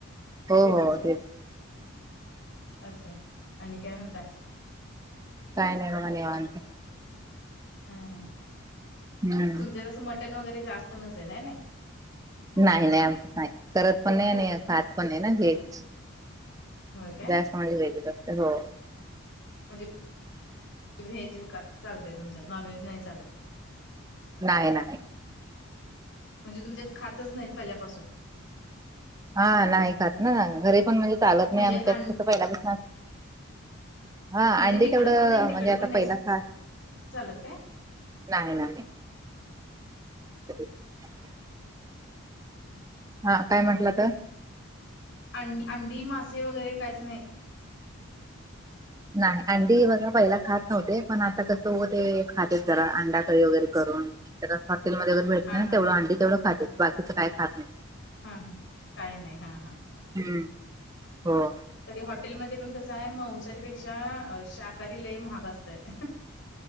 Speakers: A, on the right; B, on the left.
A: हो हो तेच.
B: असं, आणि काय म्हणताय.
A: काय नाही बाबा निवांत.
B: हा हा,
A: हम्म
B: तुमच्यातसं मटण वगैरे जास्त नसेल आहे नाय?
A: नाही नाही आमच नाही करत पण नाही आणि खात पण नाही ना व्हेज.
B: होय काय
A: जास्त म्हणजे व्हेजच असत हो
B: म्हज व्हेज का चालतय तुमच्यात नॉन व्हेज नाही चालत.
A: नाही नाही.
B: म्हणजे तुमच्यात खातच नाहीत पहिल्यापासून.
A: हा नाही खात ना, घरी पण म्हणजे चालत नाही
B: म्हणजे
A: आमच्यात
B: अं
A: कसं पहिला बसत हा
B: म्हणजे
A: अंडी
B: हिकडं
A: तेवढं
B: पण नाही तिकडं
A: म्हणजे आता
B: पण नाही
A: पहिला खा
B: चालत काय?
A: नाही नाही. <inaudible> हा काय म्हटलं तर,
B: अं अंडी मासे वगैरे काहीच नाही.
A: नाही अंडी बघा पहिला खात नव्हते, पण आता कसं हो ते खातेत जरा अंडाकही वगैरे करून. नाही हॉटेलमध्ये अर भेटते
B: हा
A: ना
B: हा
A: तेवढं
B: हा
A: अंडी तेवढं खाते बाकीचं काय खात नाही.
B: हा, काय नाही हा हा.
A: हम्म! हो!
B: तरी हॉटेलमध्ये पण कसं आहे मंसारीपेक्षा शाकाहारी लय महाग असतय. <inaudible>